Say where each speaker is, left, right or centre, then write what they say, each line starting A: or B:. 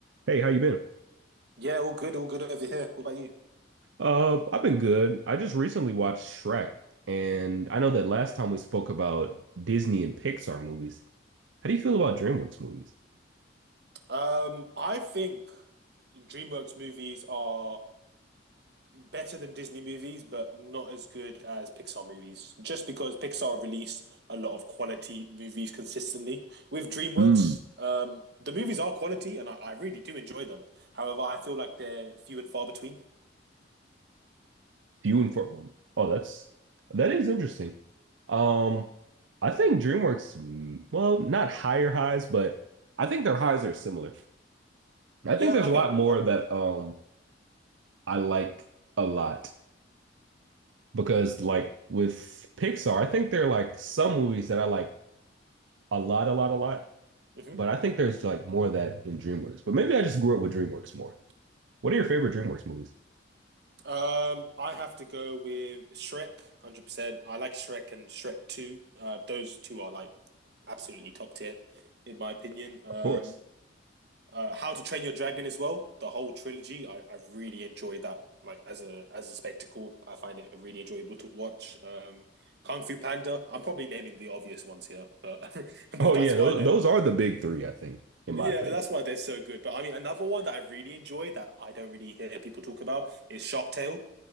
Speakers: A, on the right; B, on the right.
A: Hey, how you been?
B: Yeah, all good, all good over here. What about you?
A: Uh, I've been good. I just recently watched Shrek, and I know that last time we spoke about Disney and Pixar movies. How do you feel about DreamWorks movies?
B: Um, I think DreamWorks movies are better than Disney movies, but not as good as Pixar movies. Just because Pixar release a lot of quality movies consistently. With DreamWorks,
A: Mm.
B: um, the movies are quality, and I, I really do enjoy them. However, I feel like they're few and far between.
A: Few and far. Oh, that's that is interesting. Um, I think DreamWorks, mm, well, not higher highs, but I think their highs are similar. I think
B: Yeah,
A: there's
B: I
A: a
B: can
A: lot
B: agree
A: more
B: with that.
A: that um I like a lot because like with Pixar, I think there are like some movies that I like a lot, a lot, a lot.
B: hmm
A: But I think there's like more of that in DreamWorks. But maybe I just grew up with DreamWorks more. What are your favorite DreamWorks movies?
B: Um, I have to go with Shrek, 100%. I like Shrek and Shrek 2. Uh, those two are like absolutely top tier, in my opinion. Um,
A: Of course.
B: uh, How to Train Your Dragon as well, the whole trilogy. I, I really enjoyed that, like as a as a spectacle. I find it really enjoyable to watch. Um, Kung Fu Panda. I'm probably naming the obvious ones here, but <laughs> that's
A: Oh yeah,
B: why
A: those,
B: they're
A: those are the big three, I think, in
B: yeah,
A: my opinion.
B: that's why they're so good. But I mean, another one that I really enjoy that I don't really hear people talk about is Shark Tale.